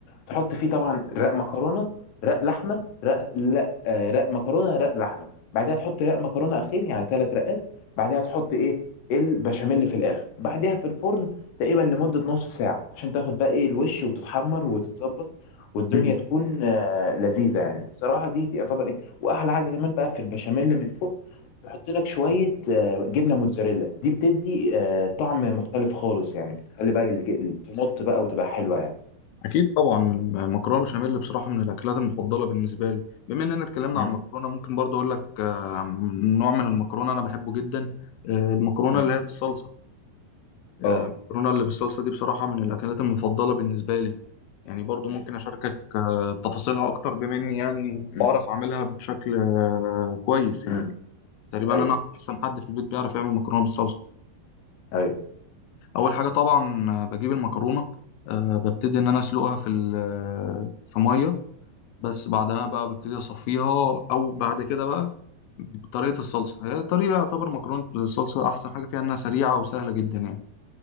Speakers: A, on the left; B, on the left.
A: تحط فيه طبعا رق مكرونه رق لحمه رق لا آه، رق مكرونه رق لحمه بعدها تحط رق مكرونه اخير يعني ثلاث رقات بعدها تحط ايه البشاميل في الاخر بعدها في الفرن تقريبا لمده نص ساعه عشان تاخد بقى ايه الوش وتتحمر وتتظبط والدنيا
B: مم.
A: تكون آه، لذيذه يعني بصراحه دي يعتبر واحلى حاجه كمان بقى في البشاميل اللي من فوق تحط لك شويه آه، جبنه موتزاريلا دي بتدي آه، طعم مختلف خالص يعني بتخلي بقى الج- التمط بقى وتبقى حلوه يعني
B: اكيد طبعا المكرونه بشاميل بصراحه من الاكلات المفضله بالنسبه لي بما اننا اتكلمنا
A: مم.
B: عن المكرونه ممكن برضه اقول لك آه، نوع من المكرونه انا بحبه جدا آه، المكرونه
A: مم.
B: اللي هي بالصلصه آه،
A: اه
B: المكرونه اللي بالصلصه دي بصراحه من الاكلات المفضله بالنسبه لي يعني برضه
A: مم.
B: ممكن اشاركك آه، تفاصيلها اكتر بما اني يعني
A: مم.
B: بعرف اعملها بشكل آه، كويس يعني
A: مم.
B: تقريبا
A: ايوه
B: انا احسن حد في البيت بيعرف يعمل مكرونه بالصلصه
A: ايوه
B: اول حاجه طبعا آه، بجيب المكرونه آه، ببتدي ان انا اسلقها في ال- آه، في ميه بس بعدها بقى ببتدي اصفيها او بعد كده بقى بطريقه الصلصه هي طريقه يعتبر مكرونه الصلصه احسن حاجه فيها انها سريعه وسهله جدا يعني